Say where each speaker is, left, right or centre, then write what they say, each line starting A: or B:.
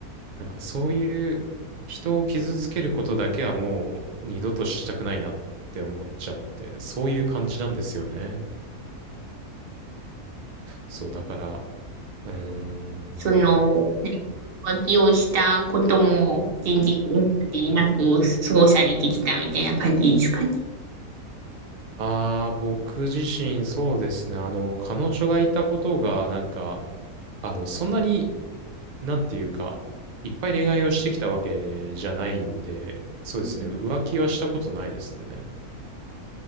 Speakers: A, on the right; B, on the right.
A: なんかそういう人を傷つけることだけはもう二度としたくないなって思っちゃって、そういう感じなんですよね。そう、だから、うーん。
B: その、なんか浮気をしたことも全然今までなく過ごされてきたみたいな感じですかね。
A: まあ、僕自身そうですね。あの、彼女がいたことが、なんか、あの、そんなに、なんていうか、いっぱい恋愛をしてきたわけじゃないんで、そうですね。
B: うん
A: 浮気はしたことないですね。